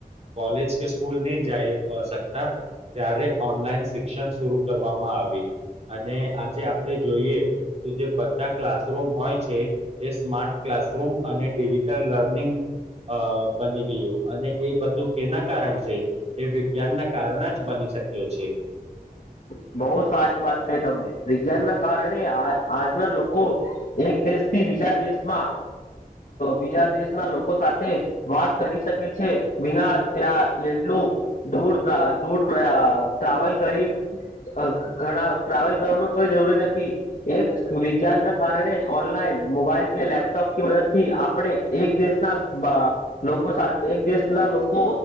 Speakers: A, on the right; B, on the left.
A: કોલેજ કે સ્કૂલ નહી જાય શકતા ત્યારે ઓનલાઈન શિક્ષણ શરૂુ કરવામાં આવી અને આજે આપણે જોઈએ તો જે બધા ક્લાસરૂમ હોય છે એ સ્માર્ટ ક્લાસરૂમ અને અને ડિજિટલ લર્નિંગ અ બની ગયું અને એ બધું કેના કારણ છે એ વિજ્ઞાનના કારણે જ બની શક્યો છે
B: <inaudible> બહુ સારી વાત ક તમે વિજ્ઞાન ના કારણે આજના લોકો એક દેશથી બીજા દિવેશમાં બીજા દેશના લોકો સાથે વાત કરી શકે છે બના ત્યાં એટલું દુર થાય દૂર થયા ટ્રાવેલ કરી અ ઘણા ટ્રાવેલ કરવાનું કોઈ જરૂરી નથી એક વિજ્ઞાન ના કારણે જ ઓનલાઈન મોબાઈલ કે લેપટોપ મદદથી આપડણે એક દેશના અ લોકો એક દેશના લોકો